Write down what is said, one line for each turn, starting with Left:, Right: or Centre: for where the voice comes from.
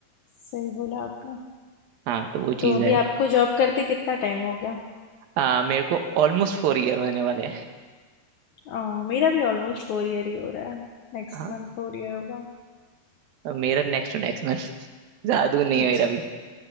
Left: सही बोला आपने
Right: हाँ तो वो चीज़
Left: तो अभी
Right: है
Left: आपको जॉब करते कितना टाइम हो गया
Right: आ, मेरे को ऑलमोस्ट फोर ईयर होने वाले हैं
Left: अ, मेरा भी ऑलमोस्ट फोर ईयर ही हो रहा है नेक्स्ट
Right: हाँ
Left: मंथ फोर ईयर होगा
Right: और मेरा नेक्स्ट टू नेक्स्ट मंथ <laughs> ज़्यादा दूर नहीं
Left: अच्छा
Right: है मेरा भी